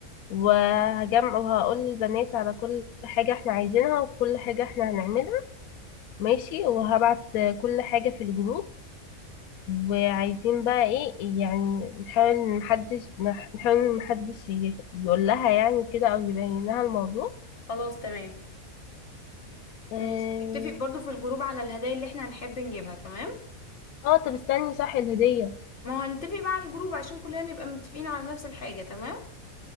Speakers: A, on the left (about 80°); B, on the left (about 55°).
A: وهجمع وهقول للبنات على كل حاجة احنا عايزينها وكل حاجة احنا هنعملها ماشي وهبعت كل حاجة في الجروب وعايزين بقى ايه يعني نحاول محدش نح- نحاول محدش ي- يقول لها يعني كده او يبين لها الموضوع
B: خلاص تمام
A: اه
B: ماشي نتفق برضو في الجروب على الهدايا اللي احنا هنحب نجيبها تمام
A: آه، طب استني صح الهدية
B: ما هو هنتفق بقى على الجروب عشان كلنا نبقى متفقين على نفس الحاجة تمام